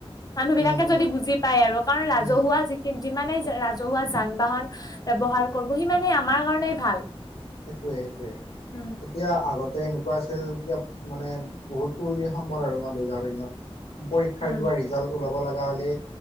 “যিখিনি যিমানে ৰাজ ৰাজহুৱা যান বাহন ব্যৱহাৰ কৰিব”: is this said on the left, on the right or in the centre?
Left